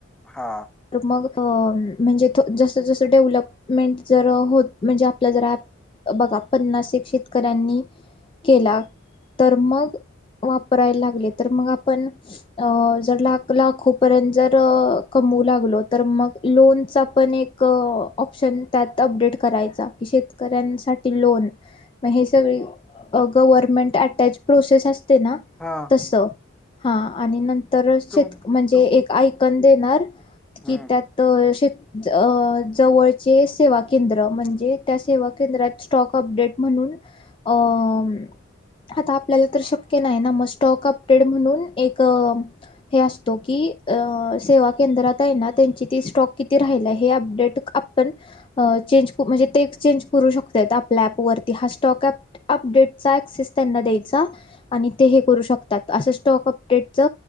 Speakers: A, in the centre; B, on the left.
A: हा.
B: तर मग म्हणजे जसं जसं डेव्हलपमेंट जर होत म्हणजे आपलं जर ऍप बघा पन्नास एक शेतकऱ्यांनी केला तर मग वापरायला लागले, तर मग आपण अ जर लाख लाखोपर्यंत जर कमऊ लाग लो, तर मग लोन चा पण एक ऑपशन त्यात अपडेट करायचा, शेत कऱ्यांसाठी लोन मग हे सगळी, अ गव्हर्मेंट अटॅच प्रोसेस असते ना
A: हा
B: स, हा आणि नंतर शेत
A: तू
B: म्हणजे
A: तू
B: एक आयकन देणार
A: हम्म
B: कि त्यात शे अ जवळचे सेवा केंद्र, म्हणजे त्या सेवा केंद्रात स्टॉक अपडेट म्हणून अं आता आपल्याला तर शक्य नाही ना, मग स्टॉक अपडेेट म्हणून एक अ हे असतो की, अ सेवा केंद्रात तयना, त्यांची ती स्टॉक किती राहिलाय हे अपडेट आपण अ चेंज म्हणजे ते चेंज करू शकतेत, आपल्या ऍप वरती हा स्टॉक एप् अपडेटचा ऍक्सीस त्यांना द्यायचा. आणि ते हे करू शकतात. असं स्टॉक अपडेटच